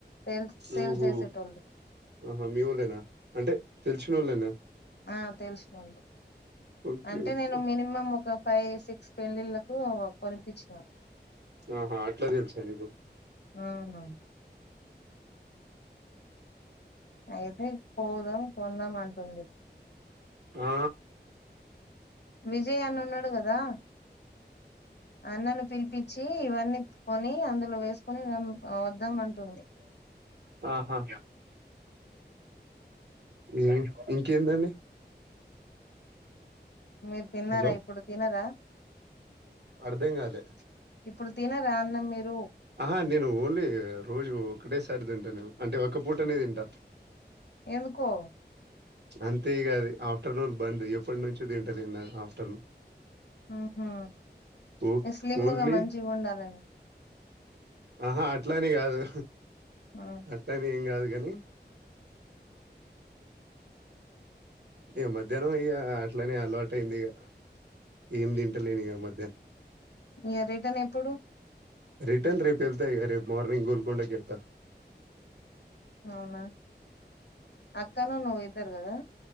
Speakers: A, on the left; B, on the right.
A: సేల్ సేల్
B: ఊహో
A: చేసేటోళ్ళు
B: ఆహా మీ వాళ్ళేనా అంటే తెలిసినోళ్లేనా
A: ఆ తెలిసినోళ్లు
B: ఓకే
A: అంటే
B: ఓకే
A: నేను మినిమం ఒక ఫైవ్ సిక్స్ పెళ్లిళ్లకు కోనిపించిన
B: ఆహా అట్లా తెల్సా నీకు
A: అవున అయితే పోదాం కొందాం అంటుంది
B: ఆ
A: విజయ్ అన్న ఉన్నాడు కదా అన్నను పిలిపించి ఇవన్నీ కొని అందులో వేసుకొని వద్దాం అంటుంది
B: ఆహా ఏ ఇంకేందండి
A: మీరు తిన్నారా
B: హలో
A: ఇప్పుడు తినరా
B: అర్ధం కాలే
A: ఇప్పుడు తినరా అన్నాం మీరు
B: ఆహా నేను ఓన్లీ రోజు ఒకటేసారి తింటా నేను అంటే ఒక్క పూటనే తింటా
A: ఎందుకో
B: అంతే ఇగ అది ఆఫ్టర్నూన్ బంద్ ఎప్పటి నుంచో తింటలే ఆఫ్టర్నూన్
A: ఉహు
B: ఓ
A: స్లిమ్ముగా
B: ఓన్లీ
A: మంచిగా ఉండాలనీ
B: ఆహా అట్లానీ కాదు
A: ఉమ్.
B: అట్లానీ ఏం కాదు కానీ ఇగ మధ్యాహ్నం ఇగ అట్లనే అలవాటు అయింది ఇగా ఏం తింటలేను ఇగా మధ్యాహ్నం
A: ఇక రిటర్న్ ఎప్పుడు
B: రిటర్న్ రేపు ఎళ్తా ఇగ రేపు మార్నింగ్ గోల్కొండకి వెళ్తా
A: అవునా అక్కను నువ్వు ఇద్దరు కదా